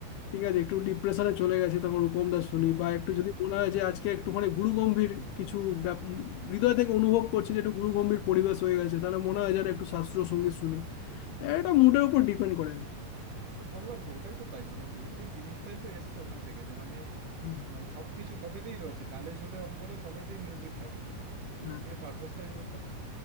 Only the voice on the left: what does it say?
ঠিক আছে একটু ডিপ্রেশনে চলে গেছি তখন রূপম দা শুনি বা একটু যদি মনে হয় যে আজকে একটুখানি গুরু গম্ভীর কিছু ব্যাপ- উম, হৃদয় থেকে অনুভব করছি যে একটু গুরু গম্ভীর পরিবেশ হয়ে গেছে তাহলে মনে হয় যেন একটু শাস্ত্রীয় সঙ্গীত শুনি এটা মুডের উপর ডিপেন্ড করে
হুম,
হ্যাঁ